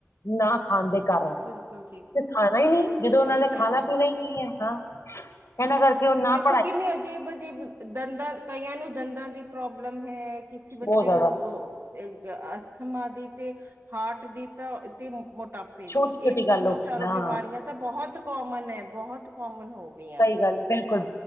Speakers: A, on the left (about 75°); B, on the right (about 55°).
A: ਨਾ, ਖਾਣ ਦੇ ਕਾਰਨ
B: ਬਿਲਕੁਲ ਜੀ
A: ਤੇ ਖਾਣਾ ਹੀ ਨਹੀਂ ਜਦੋਂ ਉਹਨਾਂ
B: ਸਹੀ
A: ਨੇ
B: ਕਹਿ
A: ਖਾਣਾ
B: ਰਹੇ ਹੋ
A: ਪੀਣਾ ਹੀ ਨਹੀਂ ਹੈ ਹਾਂ, ਇਹਨਾਂ ਕਰਕੇ ਉਹ ਨਾਪ,
B: ਹੁਣ ਦੇਖੋ ਕਿੰਨੇ ਅਜੀਬ ਅਜੀਬ ਦੰਦਾਂ ਕਈਆਂ ਨੂੰ ਦੰਦਾਂ ਦੀ ਪ੍ਰੋਬਲਮ ਹੈ। ਕਿਸੇ ਬੱਚੇ
A: ਬਹੁਤ ਜ਼ਿਆਦਾ
B: ਨੂੰ ਅ ਅਸਥਮਾ ਦੀ ਤੇ ਹਾਰਟ ਦੀ ਤਾਂ ਤੇ, ਮੋਟਾਪੇ ਦੀ
A: ਛੋਟੀ ਛੋਟੀ
B: ਇਹ
A: ਗੱਲ
B: ਤਿੰਨੋ
A: ਹੋ ਗਈ
B: ਚਾਰੋ
A: ਹਾਂ
B: ਬਿਮਾਰੀਆਂ ਤਾਂ ਬਹੁਤ ਕੋਮਨ ਹੈ। ਬਹੁਤ ਕੋਮਨ ਹੋ ਗਈਆਂ
A: ਸਹੀ
B: ਨੇ,
A: ਗੱਲ ਬਿਲਕੁਲ